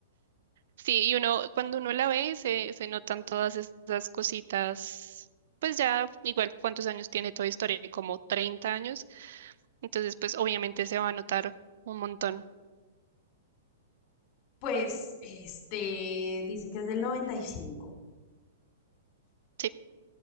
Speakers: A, on the right; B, on the left.
A: Sí, y uno, cuando uno la ve, se, se notan todas esas cositas. Pues ya, igual, ¿cuántos años tiene Toy Story? Como 30 años. Entonces, pues obviamente se va a notar un montón.
B: Pues, este, dice que es del noventa y cinco
A: Sí,